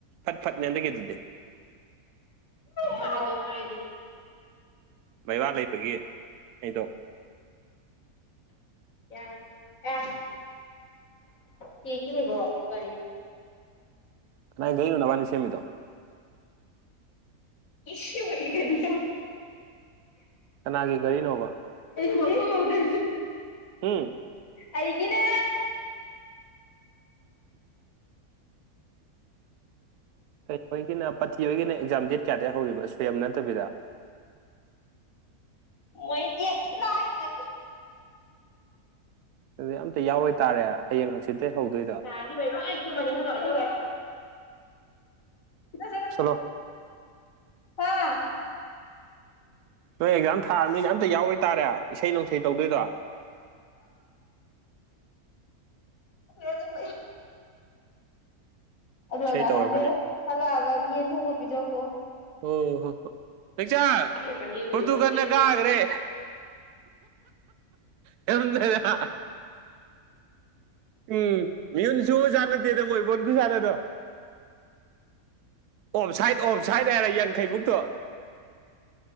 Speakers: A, on the right; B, on the left.
A: ꯐꯠ ꯐꯠꯅꯦꯅꯗꯒꯤꯦ ꯑꯗꯨꯗꯤ
B: ꯐꯦ ꯐꯦ
A: ꯕꯩꯕꯥ ꯂꯩꯕꯒꯤ ꯑꯩꯗꯣ
B: ꯑꯦ ꯑ ꯊꯀꯅꯤ ꯣ ꯀ
A: ꯀꯅꯥꯥꯏ ꯀꯅꯣ ꯅꯕꯥꯅꯤ ꯁꯦꯝꯃꯤꯗꯣ
B: ꯏꯁꯤ ꯑꯣꯏ ꯀꯅꯤ
A: ꯀꯅꯥꯒꯤ ꯒꯥꯔꯤꯅꯣꯕ
B: ꯐꯂꯥꯎꯗ꯭ꯔꯦꯁꯤ
A: ꯎꯝ
B: ꯑꯩꯒꯤꯅꯦ
A: ꯀꯩꯅꯣꯒꯤꯅ ꯄꯥꯊꯤꯣꯏꯒꯤꯅ ꯑꯦꯛꯖꯥꯝ ꯗꯦꯠ ꯀꯌꯥꯗ ꯍꯧꯔꯤꯕ ꯑꯣ ꯀꯩ ꯅꯠꯇꯕꯤꯗ
B: ꯃꯣꯏꯗꯤꯅ ꯍꯥꯏ ꯅ
A: ꯑꯗꯨꯗꯤ ꯑꯝꯇ ꯌꯥꯎꯔꯣꯏ ꯇꯥꯔꯦ ꯍꯌꯦꯡ ꯍꯪꯆꯤꯠꯠꯇ ꯍꯧꯗꯣꯏꯗꯣ
B: ꯇꯥꯒꯤꯕꯩ
A: <unintelligible>
B: ꯂꯣꯏ ꯇꯨꯝꯃꯅꯤ ꯍꯟꯗꯣꯛ ꯍꯥꯏꯗꯣꯛꯒꯦ ꯒ
A: ꯁꯣꯂꯣ
B: ꯍꯥ <unintelligible>
A: ꯅꯣꯏ ꯑꯦꯛꯖꯥꯝ ꯊꯥꯔꯕꯅꯤꯅ ꯑꯝꯇ ꯌꯥꯎꯔ ꯇꯥꯔꯦ ꯏꯁꯩ ꯅꯅꯨꯡꯁꯩ ꯇꯧꯗꯣꯏꯗꯣ
B: ꯑꯗꯨꯝ ꯑꯗꯨ
A: ꯏꯁꯩ
B: ꯑꯗꯥ
A: ꯇꯧꯔꯒꯅꯤ
B: ꯈꯪꯗꯦ ꯍꯜꯂꯛꯑꯒ ꯌꯦꯟ ꯊꯣꯡꯕ ꯄꯤꯖꯧꯀꯣ
A: ꯑꯣ ꯍꯣ ꯍꯣ ꯄꯆ
B: ꯄꯤꯔꯛꯀꯅꯤ ꯑꯩꯈꯣꯏꯗꯤ
A: ꯐꯊꯨ
B: ꯍꯣꯁꯇꯦꯜ
A: ꯀꯟꯅꯒꯒ꯭ꯔꯦ ꯀꯗꯗ ꯎꯝ ꯃꯤꯣꯟꯁꯨꯨꯞ ꯆꯅ ꯗꯦꯗ ꯃꯣꯏꯕꯨꯟꯁꯨ ꯆꯅꯗꯣ ꯑꯣꯐ ꯁꯥꯏꯠ ꯑꯣꯐ ꯁꯥꯏꯠ ꯍꯥꯏꯔꯦ ꯌꯥꯡꯈꯩ ꯃꯨꯛꯇꯣ <unintelligible>